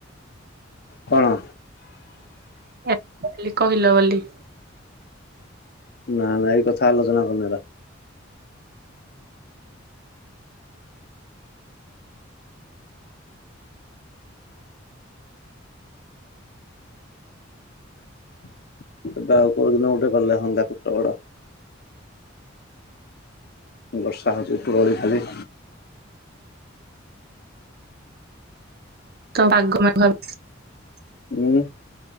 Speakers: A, on the left (about 55°); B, on the right (about 50°).
A: କଣ?
B: ଏ କହିଲି କହିଲ ବୋଲି।
A: ନା ନା ଏଇ କଥା ଆଲୋଚନା କରୁନୁ ହେରା <inaudible> ଏବେ ଆଉ କୋଉଦିନ ଗୋଟେ ଗଲେ ହଅନ୍ତା ଫତେଗଡ। ବର୍ଷା ହଉଛି ଉପରଓଳି ଖାଲି
B: ତ <unintelligible>
A: ହୁଁ